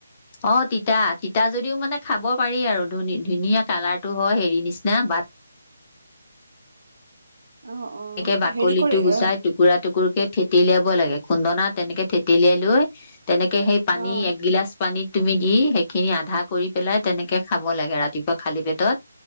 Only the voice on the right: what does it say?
অ অ
হেৰি কৰি
অ
অ'